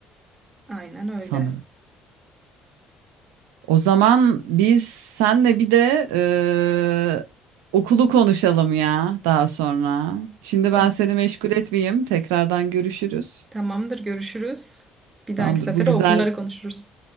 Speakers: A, on the right; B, on the right.
A: Aynen öyle.
B: sanırım. O zaman biz senle bir de eee, okulu konuşalım ya daha sonra. Şimdi
A: O,
B: ben seni meşgul etmeyeyim. Tekrardan görüşürüz.
A: tamamdır görüşürüz. Bir dahaki
B: Tamamdır.
A: sefere
B: Bu güzel.
A: okulları konuşuruz.